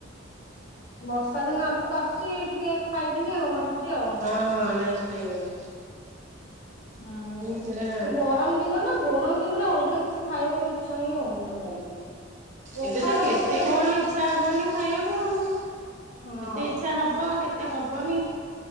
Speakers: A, on the left; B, on the right.
A: ବର୍ଷା ଦିନ ଆଗକୁ ଆସୁଛି ଟିକେ ଖାଇବିନି ଆଉ ଭାବୁଛି ଆଉ।
B: ହଁ ହଁ ନାଇଁ ଖାଇବେନି।
A: ହୁଁ
B: ସେଟା
A: ଏ ଗରମ ଦିନ ନା ଗରମ ଦି ନେରେ ଅଲଗା କିଛି ଖାଇବାକୁ ଇଚ୍ଛା ହିଁ ହଉନି ଟୋଟାଲି। ପଖାଳକୁ
B: ଏବେ ତ କେତେ କଣ ଇ ଚ୍ଛା ହବନି ଖାଇବାକୁ ଆଉ କେତେ
A: ହଁ
B: ଇଚ୍ଛା ହବ କେତେ ହବନି।